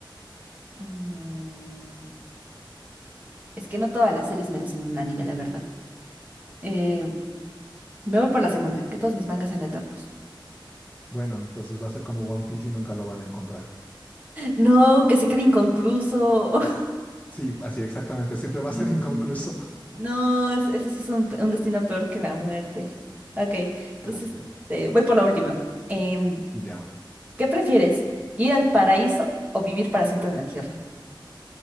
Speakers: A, on the right; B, on the left.
A: Mm, Es que no todas las series merecen un anime, la verdad. Eh, me voy por la segunda, que todos mis mangas sean eternos.
B: Bueno, entonces va a ser como One Piece y nunca lo van a encontrar. <laughs>
A: No, que se quede inconcluso. <laughs>
B: Sí, así exactamente, siempre va
A: Sí.
B: a ser inconcluso.
A: No, es- ese sí es un, un destino peor que la muerte. Ok, entonces
B: <laughs> Así es.
A: eh, voy por la última. Em,
B: Ya.
A: ¿qué prefieres? ¿Ir al paraíso o vivir para siempre en la tierra?